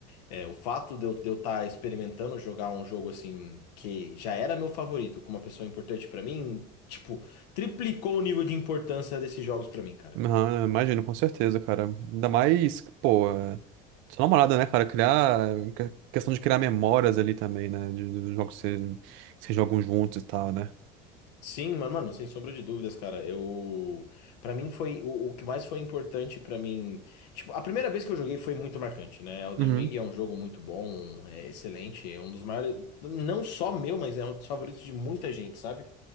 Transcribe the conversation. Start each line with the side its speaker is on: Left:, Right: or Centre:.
Left: é, o fato de eu estar experimentando jogar um jogo assim que já era meu favorito, com uma pessoa importante pra mim, tipo, triplicou o nível de importância desses jogos pra mim, cara.
Right: Aham, imagino, com certeza, cara. Ainda mais, pô, é, sua namorada, né, cara? Criar. que- Questão de criar memórias ali também, né? De, dos jogos que você- que vocês jogam juntos e tal, né?
Left: Sim, mano, mano, sem sombra de dúvidas, cara. Eu, para mim foi o, o que mais foi importante pra mim. Tipo, a primeira vez que eu joguei foi muito marcante, né? Elden
Right: Uhum.
Left: Ring é um jogo muito bom, é excelente, é um dos maiores, não só meu, mas é um dos favoritos de muita gente, sabe?